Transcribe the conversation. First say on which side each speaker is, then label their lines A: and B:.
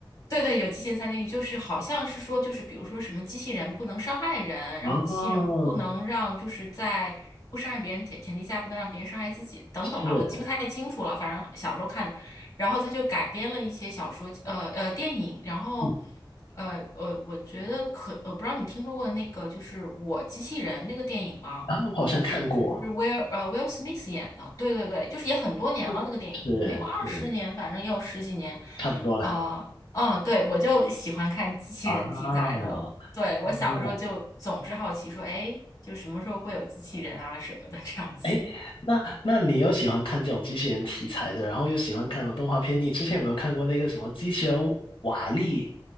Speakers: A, on the left (about 40°); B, on the left (about 65°).
A: 对对，有极限三定律，就是好像是说，就是比如说什么机器人不能伤害人，
B: 哦，
A: 然后机器人不能让就是在不伤害别人前前提下，不能让别人伤害自己等等吧，
B: 是。
A: 我记不太清楚了，反正小时候看的。然后他就改编了一些小说，呃呃电影，然后
B: 嗯。
A: 呃呃，我觉得可呃不知道你听说过那个就是《我机器人》那个电影吗？
B: 啊，我好像看过，
A: 就是是威尔呃 Will Smith 演的，对对对，就是也很多年了那个电影，
B: 嗯是是，
A: 没有二十年，反正也有十几年。
B: 差不多了
A: 啊、呃嗯，对，我就喜欢看机器人题材的。
B: 啊。
A: 对，我小时候就总是好奇说，
B: 明白。
A: 哎，就什么时候会有机器人啊什么的这样子。
B: 哎，那那你又喜欢看这种机器人题材的，然后又喜欢看动画片，你之前有没有看过那个什么机器人瓦力，